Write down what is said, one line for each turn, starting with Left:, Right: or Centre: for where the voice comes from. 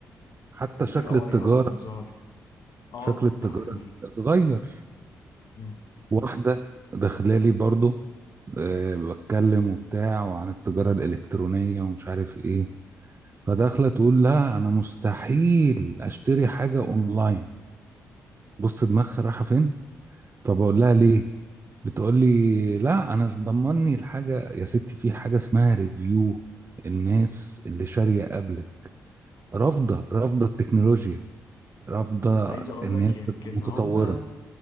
Right: حتى
Left: ال
Right: شكل
Left: AI
Right: التجارة
Left: أول ما ظهر اه
Right: شكل التجارة
Left: ده حقيقي
Right: اتغير
Left: مم.
Right: واحدة داخلالي برضو أه بتكلم وبتاع وعن التجارة الإلكترونية ومش عارف إيه فداخلة تقول لا أنا مستحيل أشتري حاجة أونلاين بص دماغها رايحة فين فبقول لها ليه بتقول لي لا أنا مش ضمني الحاجة يا ستي في حاجة اسمها ريفيو الناس اللي شارية قبلك رافضة رافضة التكنولوجيا رافضة
Left: عايز أقول
Right: إن
Left: لك
Right: هي تبقى
Left: يمكن
Right: متطورة
Left: هم